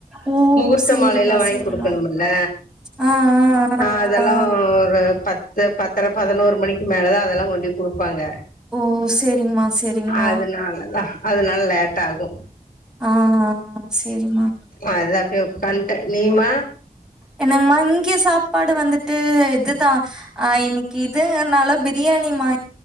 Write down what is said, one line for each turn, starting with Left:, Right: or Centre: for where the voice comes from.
Centre: ஓ
Left: முகூர்த்த
Centre: சேரிம்மா
Left: மாலைல்லா வாங்கி
Centre: சேரிம்மா
Left: கொடுக்கணுமல்ல
Centre: ஆ ஆ ஆ
Left: அதெல்லா
Centre: ஆ
Left: ஒரு பத்து பத்ர பதினோரு மணிக்கு மேலதா அதெல்லா கொண்டோயி கொடுப்பாங்க
Centre: ஓ சேரிங்மா சேரிங்மா
Left: அதனால தா அதனால லேட் ட்டார்க்கு
Centre: ஆ சேரிம்மா
Left: அத அப்டியே பண்ட்டே நீ மா
Centre: என்னங்கமா இங்கே சாப்பாடு வந்துட்டு இது தா ஆ இனிக்கு இதனால பிரியாணி மா